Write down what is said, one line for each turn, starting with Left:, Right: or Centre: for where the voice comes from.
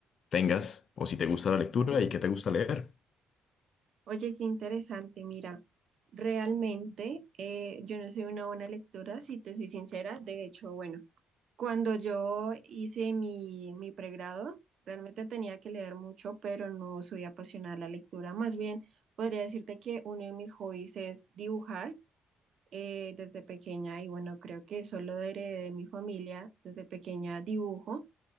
Left: tengas o si te gusta la lectura y qué te gusta leer.
Right: Oye, qué interesante. Mira, realmente eh, yo no soy una buena lectora, si te soy sincera. De hecho, bueno, cuando yo hice mi, mi pregrado, realmente tenía que leer mucho, pero no soy apasionada a la lectura. Más bien, podría decirte que uno de mis hobbies es dibujar. eh, desde pequeña y bueno, creo que eso lo heredé de mi familia. Desde pequeña dibujo